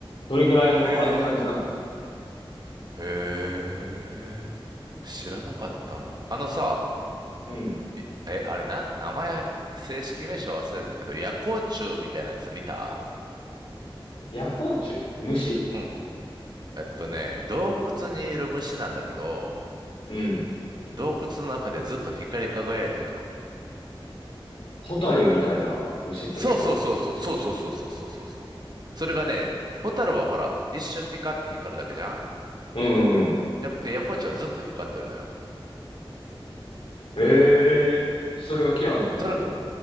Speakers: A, on the left; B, on the right.
A: それぐらいもあの感じなの。
B: へえ、へえ、知らなかった。あのさ、
A: うん。
B: いえ、あれな、名前、正式名称忘れたけど、夜光虫みたいなやつ見た
A: 夜光虫虫
B: うん。えっとね、洞窟にいる虫なんだけど、
A: うん。
B: 洞窟の中でずっと光り輝いてるの。
A: ホタルみたいな虫ってこと
B: そうそうそうそうそうそうそうそうそうそうそう。それがね、ホタルはほら、一瞬ピカって光るだけじゃん
A: うんうん。
B: じゃなくて、横地はずっと光ってるのよ。
A: ええーそれがケアンズにいるの
B: それ、